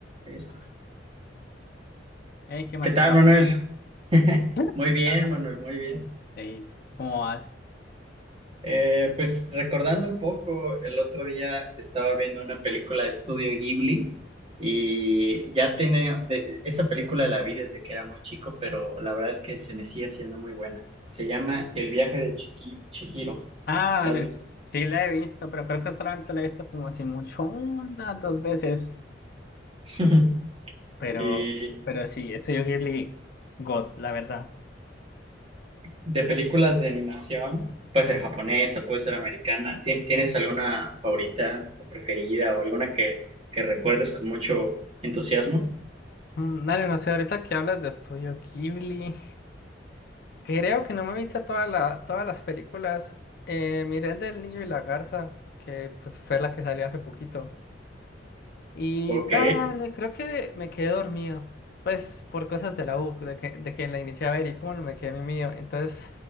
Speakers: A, on the right (about 30°); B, on the left (about 55°).
A: Ahí está.
B: Eh, qué machado,
A: ¿Qué tal, Manuel?
B: bien.
A: <laughs>
B: <laughs>
A: Muy
B: Qué
A: bien,
B: caja.
A: Manuel, muy bien.
B: bien. Ey, ¿cómo vas?
A: Eh, pues recordando un poco, el otro día estaba viendo una película de estudio Ghibli y ya tenía, de- esa película la vi desde que era muy chico, pero la verdad es que se me sigue haciendo muy buena. Se llama El viaje de Chiqui- Chihiro.
B: Ah,
A: ¿La
B: dale,
A: has visto?
B: sí la he visto, pero creo que solamente la he visto como si mucho unas dos veces.
A: <laughs>
B: Pero,
A: Y
B: pero sí, Estudio Ghibli, God, la verdad.
A: De películas de animación, puede ser japonesa, puede ser americana. ¿Tien- ¿Tienes alguna favorita o preferida o alguna que, que recuerdes con mucho entusiasmo?
B: Mm, Dale, no sé, ahorita que hablas de Estudio Ghibli, creo que no me he visto toda la, todas las películas. Eh, miré el del niño y la garza, que pues fue la que salió hace poquito. Y
A: Ok.
B: dale, creo que me quedé dormido. Pues por cosas de la U, de que, de que la inicié a ver y pum, me quedé mío. Entonces,